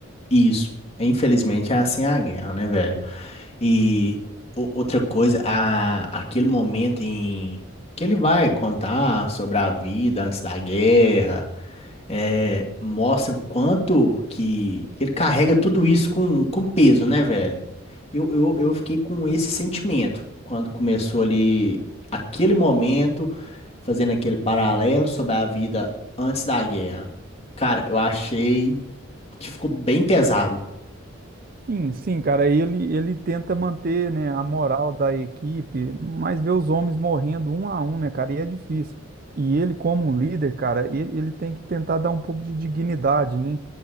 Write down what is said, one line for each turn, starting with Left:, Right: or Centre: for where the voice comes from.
Left: isso. Infelizmente é assim a guerra, né, velho? E o- outra coisa, a, aquele momento em que ele vai contar sobre a vida antes da guerra, é, mostra o quanto que, que ele carrega tudo isso com, com peso, né, velho? Eu, eu, eu fiquei com esse sentimento quando começou ali aquele momento, fazendo aquele paralelo sobre a vida antes da guerra. Cara, eu achei que ficou bem pesado.
Right: Sim, sim, cara. aí Ele, ele tenta manter, né, a moral da equipe, mas vê os homens morrendo um a um, né, cara? E é difícil. E ele, como um líder, cara, ele, ele tem que tentar dar um pouco de dignidade, né?